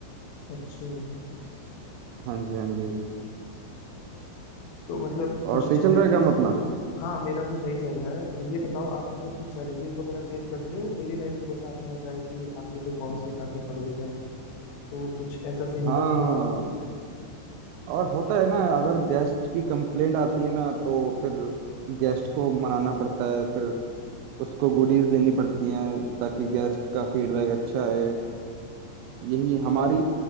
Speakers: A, on the left; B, on the right.
A: अच्छा
B: हाँ जी हाँ जी
A: तो मतलब कुछ
B: और सही
A: चैलेंजेस
B: चल रहा है काम अपना
A: हाँ मेरा तो सही चल रहा है तो ये बताओ आप मतलब कुछ चैलेंजेस वगैरह फेस करते हो डेली लाइफ में जैसा आपने बताया कि आपके जो बॉस हैं काफी खड़ूस हैं तो कुछ ऐसा सिमिलर
B: हाँ
A: और
B: और होता है ना अगर गेस्ट की कंप्लेंट आती है ना तो फिर गेस्ट को मनाना पड़ता है फिर उसको गुडीज देनी पड़ती हैं ताकि गेस्ट का फीडबैक अच्छा है यही हमारी